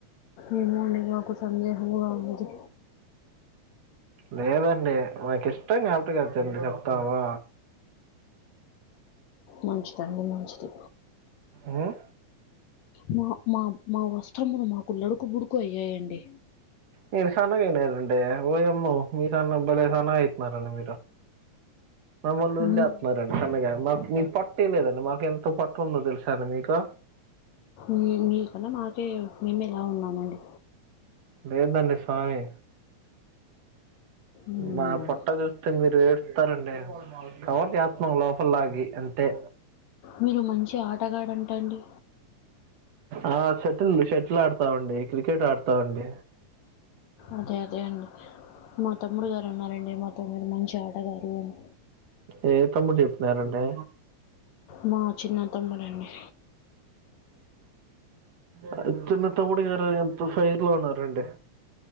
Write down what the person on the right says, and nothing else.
లేదండి మాకు ఇష్టం కాబట్టి గా చెప్తాము
హ్మ్
నేను సన్నగయినానండి ఓయమ్మో మీ <unintelligible> మీరు మమ్మల్ళ ఉళ్ళేస్తున్నారండి
సన్నగా <unintelligible> పట్టే లేదండి మాకు ఎంతో పట్టు ఉందో తెలుసాను మీకు
లేదండి స్వామి
నా పొట్ట చూస్తే మీరు ఏడుస్తారండి కవర్ చేత్తన్నాం లోపల్లాగి అంతే
ఆ షటిల్ షటిల్ ఆడతామండి క్రికెట్ ఆడతావండి
ఏ తమ్ముడు చెప్తున్నారండి
ఆ చిన్న తమ్ముడు గారు ఎంతో ఫైర్లో ఉన్నారండి